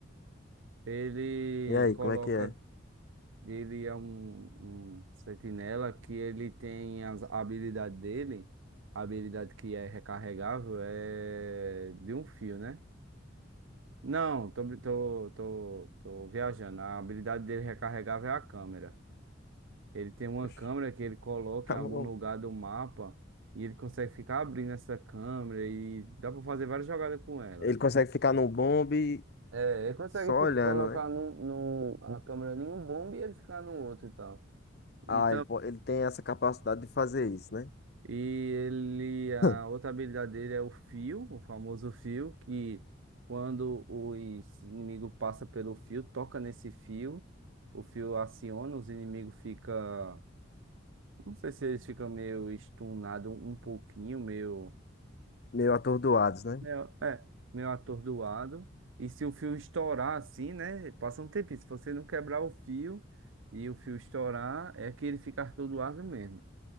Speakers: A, on the right; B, on the left.
A: Ele
B: E aí,
A: coloca
B: como é que é?
A: Ele é um, um sentinela que ele tem as- a habilidade dele, a habilidade que é recarregável, é de um fio, né? Não, tô, bri- tô, tô, tô viajando. A habilidade dele recarregável é a câmera. Ele tem uma
B: Oxe,
A: câmera
B: <laughs>
A: que ele coloca
B: tá
A: em algum
B: bom.
A: lugar do mapa e ele consegue ficar abrindo essa câmera e dá pra fazer várias jogadas com ela.
B: Ele consegue ficar no bombe
A: É, ele consegue
B: só
A: tipo,
B: olhando,
A: colocar
B: né?
A: num, num, a câmera em um bombe e ele ficar no outro e tal. E
B: Ah, ele, po- ele tem essa capacidade de fazer isso, né?
A: E ele, a
B: <laughs>
A: outra habilidade dele é o fio, o famoso fio, que quando os inimigos passam pelo fio, toca nesse fio, o fio aciona, os inimigos ficam. Não sei se eles ficam meio estunados um pouquinho, meio,
B: Meio atordoados, né?
A: meio, é, meio atordoado. E se o fio estourar assim, né? Passa um tempinho. Se você não quebrar o fio e o fio estourar, é que ele fica atordoado mesmo.